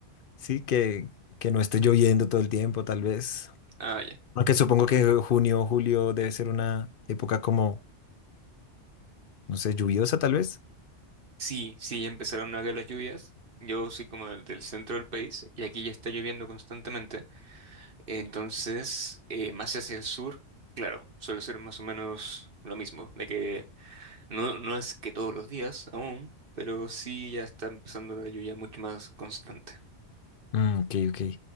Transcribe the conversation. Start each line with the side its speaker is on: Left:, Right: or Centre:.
Left: sí, que, que no esté lloviendo todo el tiempo, tal vez.
Right: ah, ya.
Left: Aunque supongo que junio o julio debe ser una época como, no sé, lluviosa, tal vez.
Right: Sí, sí, ya empezaron a caer las lluvias. Yo soy como del, del centro del país y aquí ya está lloviendo constantemente. Entonces, eh, más hacia el sur, claro, suele ser más o menos lo mismo, de que no, no es que todos los días aún, pero sí ya está empezando la lluvia mucho más constante.
Left: Mm, ok, ok.